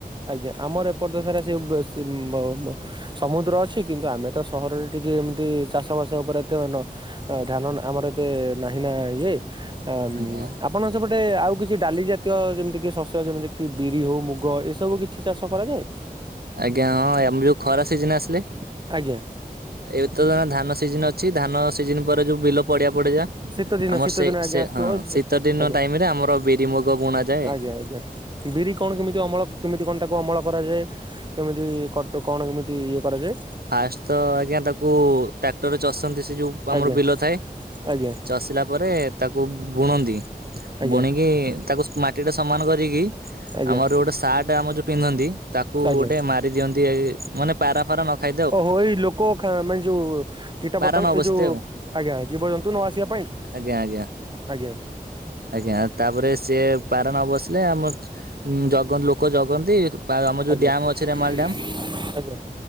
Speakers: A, on the right (about 30°); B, on the right (about 80°).
A: ଆଜ୍ଞା ଆମର ଏପଟେ ତ ସାରା ସିଏ ବେସ ଯୋଉ ମ ମ ସମୁଦ୍ର ଅଛି କିନ୍ତୁ ଆମେ ତ ସହରରେ ଟିକେ ଏମିତି। ଚାଷ ବାସ ଉପରେ ଏତେ ମାନେ ଧ୍ୟାନ ଆମର ଏତେ ନାହିଁ ନା ଇଏ। ଆମ୍
B: ଆଜ୍ଞା
A: ଆପଣଙ୍କ ସେପଟେ ଆଉ କିଛି ଡାଲି ଜାତୀୟ ଯେମିତି କି ଶସ୍ୟ ଯେମିତି କି ବିରି ହଉ ମୁଗ ଏ ସବୁ କିଛି ଚାଷ କରାଯାଏ।
B: ଆଜ୍ଞା ହଁ ଆମର ଯୋଉ ଖରା ସିଜିନ ଆସିଲେ।
A: ଆଜ୍ଞା।
B: ଏବେ ତ ଜାଣ ଧାନ ସିଜନ ଅଛି ଧାନ ସିଜନ ପରେ ଯୋଉ ବିଲ ପଡିଆ ପଡି ଯାଏ।
A: ଶୀତ ଦିନ
B: ଆମର
A: ଶୀତ
B: ସେ
A: ଦିନ ଆଜ୍ଞା
B: ସେ
A: ଆସୁଥିବ
B: ହଁ
A: ଆଜ୍ଞା।
B: ଶୀତ ଦିନ ଟାଇମ ରେ ଆମର ବିରିମୁଗ ବୁଣା ଯାଏ।
A: ଆଜ୍ଞା ଆଜ୍ଞା ବିରି କଣ କେମିତି ଅମଳ। କେମିତି କଣ ତାକୁ ଅମଳ କରାଯାଏ କେମିତି କଟ୍ କଣ କେମିତି ଇଏ କରାଯାଏ।
B: ଫାଷ୍ଟ ତ ଆଜ୍ଞା ତାକୁ ଟ୍ରାକ୍ଟରରେ ଚଷନ୍ତି ସେ ଯୋଉ ଆମର
A: ଆଜ୍ଞା
B: ବିଲ ଥାଏ।
A: ଆଜ୍ଞା
B: ଚାଷ ଷିଲା ପରେ ତାକୁ ବୁଣନ୍ତି
A: ଆଜ୍ଞା
B: ବୁଣିକି ତାକୁ ମାଟିଟା ସମାନ କରିକି।
A: ଆଜ୍ଞା
B: ଆମର ଗୋଟେ ସାର୍ଟ ଆମର ଯୋଉ ପିନ୍ଧନ୍ତି ତାକୁ
A: ଆଜ୍ଞା
B: ଗୋଟେ ମାରି ଦିଅନ୍ତି ଏ ମାନେ। ପାରା ଫାରା ନଖାଇ
A: ଓହୋ ଏଇ ଲୋକଙ୍କ ଖା ମାନେ ଯୋଉ କୀଟା
B: ପାରା
A: ପତଙ୍ଗ
B: ନ ବସିତେ
A: ଏଇ ଯୋଉ।
B: ଆଉ
A: ଆଜ୍ଞା ଜୀବଜନ୍ତୁ ନ ଆସିବା ପାଇଁ
B: ଆଜ୍ଞା ଆଜ୍ଞା
A: ଆଜ୍ଞା।
B: ଆଜ୍ଞା ତାପରେ ସିଏ ପାରା ନ ବସିଲେ ଆମର ଜଗନ୍ତି ଲୋକ ଜଗନ୍ତି। ପାଗ ଆମ ଯୋଉ
A: ଆଜ୍ଞା
B: ଡ୍ୟାମ ଅଛି ରେମାଲ ଡ୍ୟାମ।
A: ଆଜ୍ଞା।